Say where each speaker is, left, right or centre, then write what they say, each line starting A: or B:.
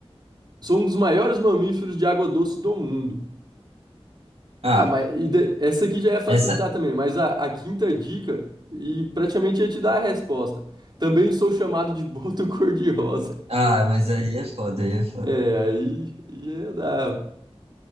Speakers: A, on the right (about 45°); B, on the right (about 70°).
A: sou um dos maiores mamíferos de água doce do mundo.
B: Ah,
A: Ah, mas e de- essa aqui já ia facilitar
B: essa...
A: também, mas a, a quinta dica e praticamente ia te dar a resposta. Também sou chamado de boto <laughs> cor-de-rosa.
B: Ah, mas aí é foda, aí é foda.
A: É, aí ia dar.